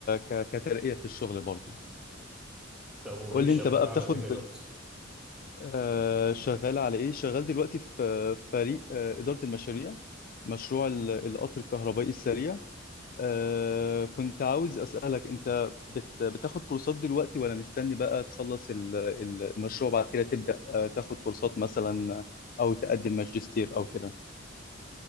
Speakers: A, on the left (about 45°); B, in the centre.
A: ك... كترقيه في الشغل برضو
B: طب وإيه
A: قول لي
B: شغال
A: انت بقى
B: على
A: بتاخد
B: إيه دلوقتي؟
A: آه، شغال على ايه شغال دلوقتي في فريق آه، اداره المشاريع مشروع ال- القطر الكهربائي السريع آه، كنت عاوز اسالك انت بت... بتاخد كورسات دلوقتي ولا مستني بقى تخلص ال- ال- المشروع بعد كده تبدا آه، تاخد كورسات مثلا او تقدم ماجستير او كده